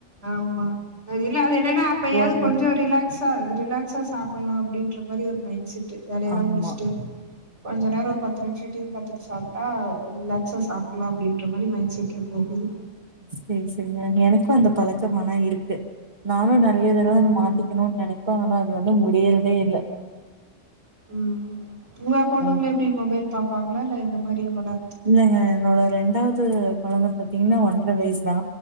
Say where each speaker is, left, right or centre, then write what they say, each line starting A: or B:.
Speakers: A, on the right (about 65°); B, on the right (about 35°).
A: ஆமா அது இல்ல அது என்னென்னா அப்பையாது
B: உக்காந்
A: கொஞ்சோ ரிலாக்ஸா அது ரிலாக்ஸா சாப்புல்லா அப்பிடின்ற மாரி ஒரு மைண்ட் செட் வேலையெல்லா
B: ஆமா
A: முடிச்சுட்டு கொஞ்ச நேரோ ஒ பத்து நிமிஷம் டி வி பாத்துட்டு சாப்டா ஒரு ரிலாக்ஸா சாப்பில்லா அப்டின்ற மாரி மைண்ட் செட்ல போகுது
B: செரி செரிங்க எனக்கு அந்த பழக்கமனா இருக்கு நானு நெறைய தடவ
A: ம்
B: அத மாத்திக்கணுன்னு நெனைப்பே ஆனா அது வந்து இன்னு முடியறதே இல்ல
A: உம் உங்க பொண்ணுங்களே
B: ம்
A: எப்டி மொபைல் பாப்பாங்ளா இல்ல இந்த மாரி வள
B: இல்லங்க என்னோட ரெண்டாவது கொழந்த பாத்தீங்கன்னா ஒன்ற வயிஸ்தா